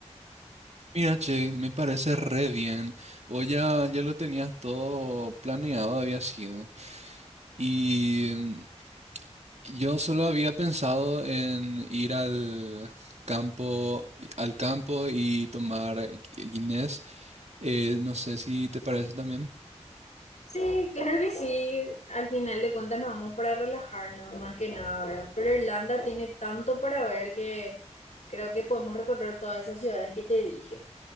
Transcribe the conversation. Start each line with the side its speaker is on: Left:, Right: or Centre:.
Right: Mira, che, me parece re bien. O ya, ya lo tenías todo planeado, había sido. Y mm, Yo solo había pensado en ir al campo, al campo y tomar gui- Guinness. Eh, no sé si te parece también.
Left: Sí, claro que sí. Al final de cuentas nos vamos para relajarnos, más que nada, ¿verdad? Pero Irlanda tiene tanto para ver que creo que podemos recorrer todas esas ciudades que te dije.